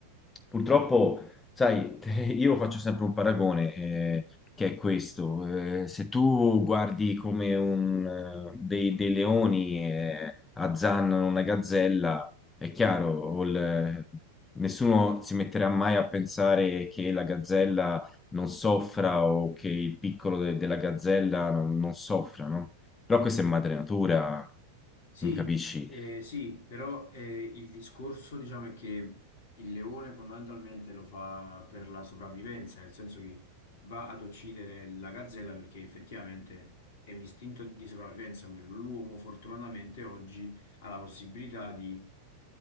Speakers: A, on the left; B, on the left.
A: purtroppo, sai, <laughs> io faccio sempre un paragone, eh, che è questo. Eh, se tu guardi come un, eh, dei, dei leoni, eh, azzannano una gazzella, è chiaro, o il- nessuno si metterà mai a pensare che la gazzella non soffra o che il piccolo de- della gazzella non, non soffra, no? Però questa è madre natura,
B: Sì,
A: mi capisci?
B: eh, sì, però eh, il discorso diciamo è che il leone fondamentalmente lo fa per la sopravvivenza, nel senso che va ad uccidere la gazzella perché effettivamente è un istinto di sopravvivenza quello. L'uomo fortunatamente oggi ha la possibilità di,